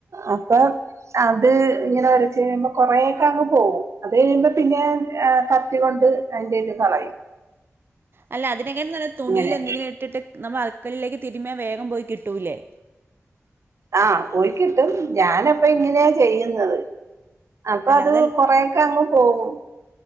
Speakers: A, on the right; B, on the right.
A: അപ്പൊ അത് ഇങ്ങനെ ഒരച്ചു കഴിയുമ്പോ കൊറേക്കെ അങ്ങ് പോകും അത് കഴിയുമ്പോ പിന്നെ കത്തി കൊണ്ട് അതിന്റെ ഇത് കളയും
B: അല്ല അതിനേക്കാളും നല്ലത് തുണിയിൽ
A: ഇങ്ങനെ
B: എന്തെങ്കിലും ഇട്ടിട്ട് നമ്മൾ മുകളിലേക്ക് തിരുമ്മിയാൽ വേഗം പോയി കിട്ടില്ലേ?
A: ആ പോയി കിട്ടും ഞാനപ്പൊ ഇങ്ങനെയാ ചെയ്യുന്നത് അപ്പൊ
B: അല്ല
A: അത്
B: അതൽ
A: കൊറെയൊക്കെ അങ്ങ് പോകും.